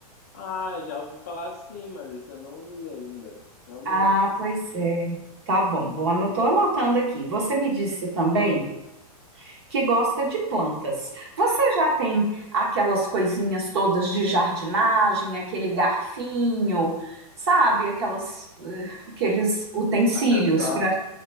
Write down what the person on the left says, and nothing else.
Ah, já ouvi falar sim, mas esse eu não li ainda. Realmente.
Acessar?